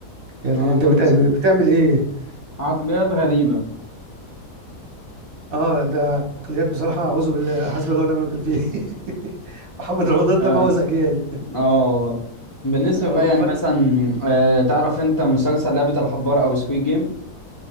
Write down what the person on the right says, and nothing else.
يعني
انت
بت...
بتعمل ايه
اه ده عقليات بصراحة أعوذ بالله
حسبي الله ونعم الوكيل فيه <laughs> محمد رمضان ده
بوظ أجيال
اه
فانت